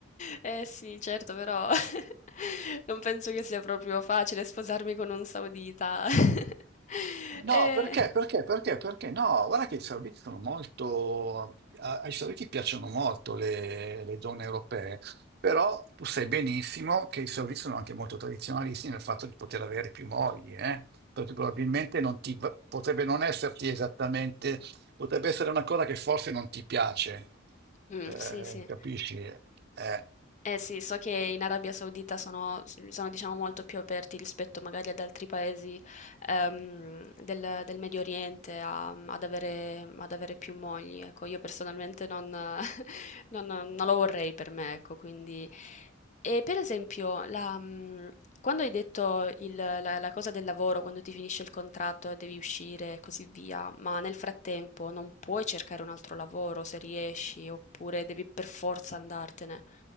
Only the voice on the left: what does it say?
Eh sì, certo, però <laughs> non penso che sia proprio facile sposarmi con un saudita. <laughs> Eh,
mm,
sì, sì.
Eh sì, so che in Arabia Saudita sono, s- sono, diciamo molto più aperti rispetto magari ad altri paesi ehm, del, del Medio Oriente a- ad avere, ad avere più mogli. Ecco, io personalmente non, <laughs> non- non lo vorrei per me, ecco, quindi... E per esempio, la, mm, quando hai detto il- la, la cosa del lavoro, quando ti finisce il contratto e devi uscire e così via, ma nel frattempo non puoi cercare un altro lavoro se riesci, oppure devi per forza andartene.